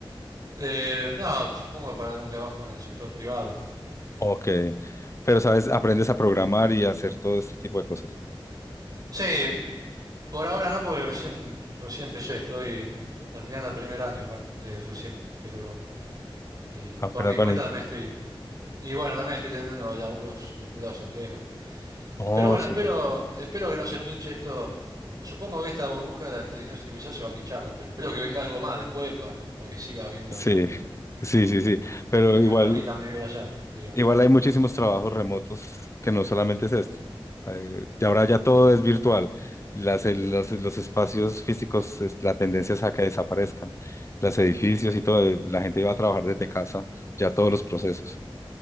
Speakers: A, on the right; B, on the left.
A: Eh, no, supongo que para algún trabajo en el sector privado. Eh,
B: Ok. Pero, ¿sabes? Aprendes a programar y a hacer todo este tipo de cosas.
A: sí, por ahora no, porque recién, recién empecé, estoy terminando el primer año aparte, eh, recién, pero y
B: Apenas,
A: por mi
B: bueno.
A: cuenta también estoy, y bueno, también estoy teniendo laburos vinculados al tema.
B: Oh,
A: Pero bueno,
B: súper.
A: espero, espero que no se pinche esto. Supongo que esta burbuja de la inteligencia artificial se va a pinchar, ¿no? Pero espero que venga algo más después para que siga habiendo
B: Sí,
A: laburos
B: sí, sí, sí. Pero
A: que
B: igual,
A: me permitan vivir allá, digamos.
B: igual hay muchísimos trabajos remotos que no solamente es esto. Eh, y ahora ya todo es virtual. Las, el- los, los espacios físicos, es- la tendencia es a que desaparezcan. Los edificios y todo, eh, la gente va a trabajar desde casa, ya todos los procesos.